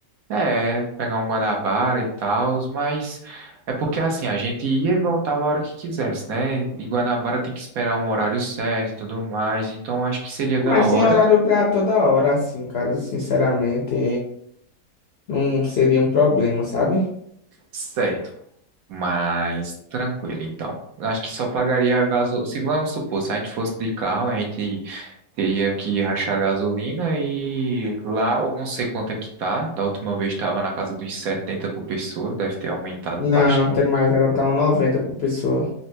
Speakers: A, on the right; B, on the left.
A: É, pegar um Guanabara e tal, mas é porque assim, a gente ia e voltava a hora que quisesse, né? E Guanabara tem que esperar um horário certo e tudo mais, então acho que seria da
B: Mas
A: hora.
B: tem horário pra toda hora, assim, cara. Sinceramente, não seria um problema, sabe?
A: Certo. Mas tranquilo, então. Acho que só pagaria a gasolina. Se vamos supor, se a gente fosse de carro, a gente teria que rachar gasolina e lá eu não sei quanto é que tá. Da última vez estava na casa dos setenta por pessoa, deve ter aumentado
B: Não,
A: bastante.
B: tem mais. Agora tá um noventa por pessoa.